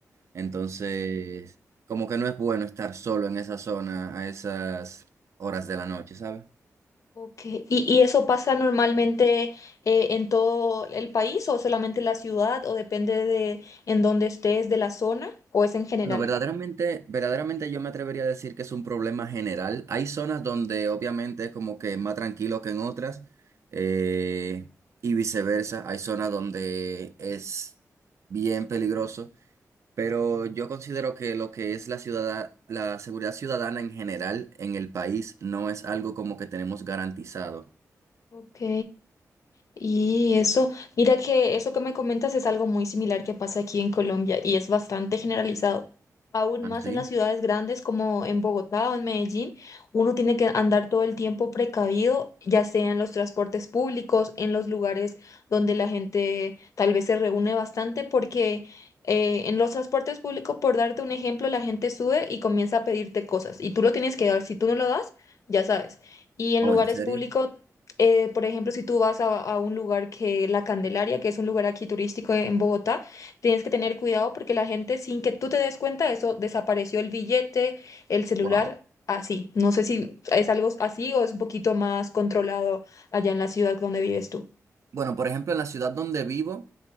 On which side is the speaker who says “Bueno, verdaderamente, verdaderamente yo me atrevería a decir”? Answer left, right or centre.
Right